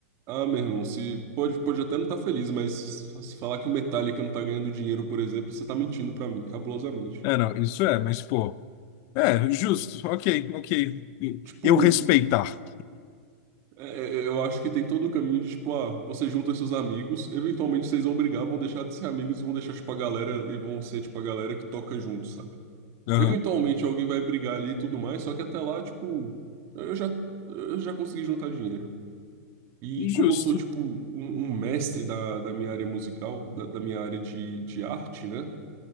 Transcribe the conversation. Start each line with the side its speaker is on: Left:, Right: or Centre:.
Right: Ah, meu irmão, se, pode, pode até não estar feliz, mas se falar que o Metallica não tá ganhando dinheiro, por exemplo, você tá mentindo pra mim, cabulosamente.
Left: É, não, isso é, mas pô, é, justo, ok, ok.
Right: Tipo,
Left: Eu respeitar.
Right: É, é, é, eu acho que tem todo o caminho de, tipo, ah, você junta seus amigos, eventualmente vocês vão brigar, vão deixar de ser amigos e vão deixar, tipo, a galera, e vão ser, tipo, a galera que toca junto, sabe?
Left: Aham,
Right: Eventualmente alguém vai brigar ali e tudo mais, só que até lá, tipo, eu já, eu já consegui juntar dinheiro. E
Left: Justo.
Right: como eu sou, tipo, um, um mestre da, da minha área musical, da, da minha área de, de arte, né?